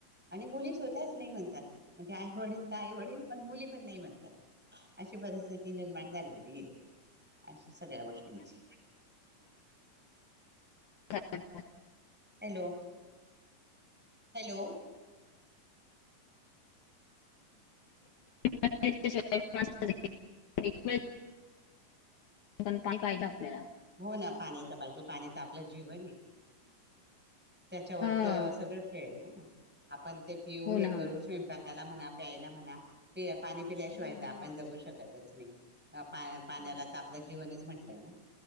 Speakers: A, in the centre; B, on the left.
A: आणि मुलीच स्वतःच नाही म्हणतात. म्हणजे आई वडील तर आई वडील पण मुली पण नाही म्हणतात. अशी परिस्थिती निर्माण झालेली आहे अशी सगळ्या गोष्टींची.
B: <unintelligible>
A: हॅलो हॅलो
B: <unintelligible> पण पाणी पाहिजे आपल्याला
A: हो ना पाणी तर पाहिजे पाणीच आपलं जीवन आहे. त्याच्यावर
B: हा.
A: तर सगळं खेळ आहे ना आपण ते पिऊ
B: हो
A: हे
B: ना
A: करू
B: हो ना.
A: स्वयंपाक त्याला म्हणा प्यायला म्हणा पेय पाणी पिल्याशिवाय
B: हम्म हम्म.
A: तर आपण जगू शकतच नाही पा पाण्याला
B: नाही
A: तर आपलं जीवनच म्हटलंय ना